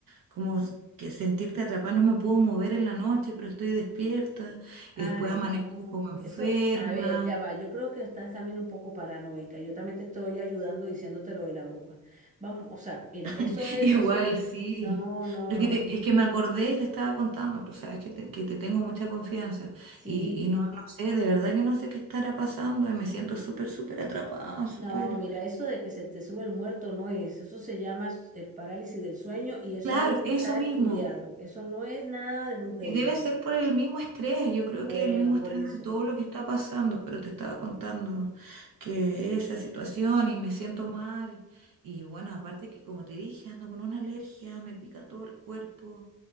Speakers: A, on the right (about 70°); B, on the right (about 20°).
A: como s- que sentirte atrapada, no me puedo mover en la noche, pero estoy despierta, y
B: Ay,
A: después amanezco
B: no,
A: como enferma.
B: eso, a ver, ya va, yo creo que estás también un poco paranoica, yo también te estoy ayudando diciéndote lo de la bruja. Vamos, o sea, mira, eso
A: <laughs>
B: es,
A: Igual,
B: eso,
A: sí.
B: no, no,
A: Pero
B: no,
A: es que,
B: eh,
A: te- es que me acordé y te estaba contando, tú sabes que te, que te tengo mucha confianza
B: sí,
A: y, y no, no sé, de verdad que no sé qué estará pasando y me siento súper, súper atrapada, súper...
B: no, mira, eso de que se te sube el muerto no es, eso se llama eh, parálisis del sueño y eso
A: Claro,
B: es-
A: eso
B: está
A: mismo.
B: estudiado, eso no es nada de brujería.
A: Y debe ser por el mismo estrés, yo creo
B: Bueno,
A: que el mismo
B: por
A: estrés
B: eso.
A: de todo lo que está pasando, pero te estaba contando que esa situación y me siento mal. Y bueno, aparte que como te dije, ando con una alergia, me pica todo el cuerpo